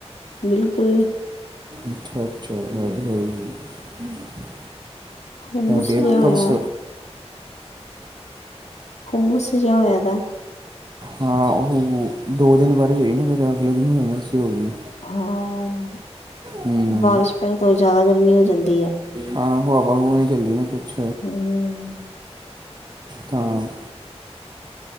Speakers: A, on the left; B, on the right.
A: ਬਿਲਕੁਲ।
B: ਅੱਛਾ ਅੱਛਾ, <unintelligible>
A: ਹੁਮਸ
B: ਡੇ
A: ਜਿਹਾ
B: ਪਰਸ।
A: ਹੋਇਆ ਹੂੰਮਸ ਜਾ ਹੋਇਆ ਦਾ।
B: ਹਾਂ ਓਹ ਦੋ ਦਿਨ ਬਾਰਿਸ਼ ਹੋਈ ਸੀ ਫਿਰ ਅਗਲੇ ਦਿਨ ਹੂੰਮਸ ਜੀ ਹੋ ਗੀ।
A: ਹਾਂ,
B: ਹੂੰ
A: ਬਾਰਿਸ਼ ਪਈ ਤੋਂ ਜ਼ਿਆਦਾ ਗਰਮੀ ਹੋ ਜਾਂਦੀ ਐ।
B: ਹਾਂ, ਹਵਾ ਹੁਵਾ ਨੀ ਚੱਲਦੀ ਨਾ ਕੁਛ।
A: ਹਮ
B: ਤਾਂ।